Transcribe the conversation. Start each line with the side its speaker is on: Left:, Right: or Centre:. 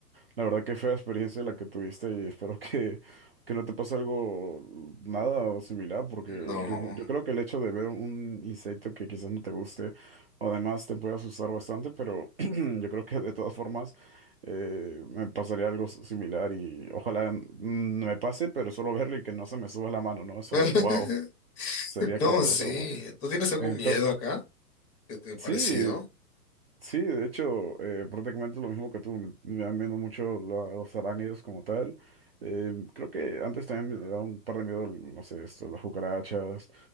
Right: La verdad que fea experiencia la que tuviste y espero que, que no te pase algo nada o similar, porque
Left: No.
Right: yo, yo creo que el hecho de ver un insecto que quizás no te guste, además te puede asustar bastante, pero <clears throat> yo creo que de todas formas eh, me pasaría algo s- similar y ojalá n- no me pase, pero solo verlo y que no se me suba la mano, ¿no? Eso,
Left: <laughs>
Right: wow, sería
Left: No,
Right: como algo
Left: sí.
Right: traumante.
Left: ¿Tú tienes algún
Right: Entonces,
Left: miedo acá? ¿Qué te ha parecido?
Right: sí. Sí, de hecho, eh, prácticamente lo mismo que tú, me, me dan miedo mucho la- los arácnidos como tal. Eh, creo que antes también me daba un par de miedo, no sé, esto, las cucarachas,